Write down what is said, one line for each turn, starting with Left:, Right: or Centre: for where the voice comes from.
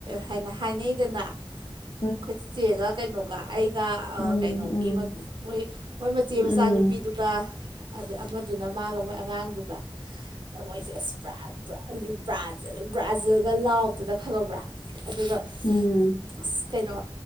Right: ꯍꯥꯏꯅ ꯍꯥꯏꯅꯩꯗꯅ
Left: <inaudible>
Right: ꯈꯨꯠ ꯆꯦꯒ ꯀꯩꯅꯣꯒ ꯑꯩꯒ
Left: ꯎꯝ
Right: ꯀꯩꯅꯣꯒꯤ
Left: ꯎꯝ
Right: ꯃꯣꯏ ꯃꯣꯏ ꯃꯆꯦ ꯃꯆꯥꯅꯨꯄꯤꯗꯨꯒ
Left: ꯎꯝ
Right: ꯑꯗ ꯑꯃꯗꯨꯅ ꯃꯥꯒ ꯃꯣꯏ ꯑꯉꯥꯡꯗꯨꯒ ꯅ ꯃꯣꯏꯁꯦ ꯑꯁ ꯄꯨꯔꯥ ꯕ꯭ꯔꯥꯖꯤꯜ ꯕ꯭ꯔꯥꯖꯤꯜꯒ ꯂꯥꯎꯗꯨꯗ ꯈꯪꯉꯕ꯭ꯔꯥ ꯑꯗꯨꯒ
Left: ꯎꯝ
Right: ꯑꯁ ꯀꯩꯅꯣ